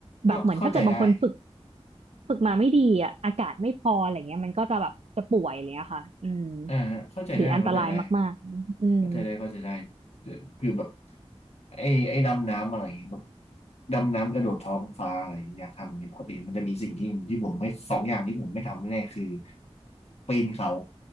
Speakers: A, on the right; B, on the left.
A: แบบเหมือนถ้าเกิดบางคนฝึก
B: ก็เข้าใจได้
A: ฝึกมาไม่ดีอะอากาศไม่พออะไรเงี้ยมันก็จะแบบจะป่วยอะไรเงี้ยค่ะอืม
B: อ่าเข้าใจได้เข้าใจได้
A: หรืออันตรายมากๆอืม
B: เข้าใจได้เข้าใจได้คือแบบไอ้ไอ้ดำน้ำอะไรอย่างเงี้ยแบบดำน้ำกระโดดท้องฟ้าอะไรอย่างเงี้ยอยากทำอย่างเงี้ยปกติมันจะมีสิ่งที่ที่ผมไม่สองอย่างที่ผมไม่ทำแน่ๆคือปีนเขา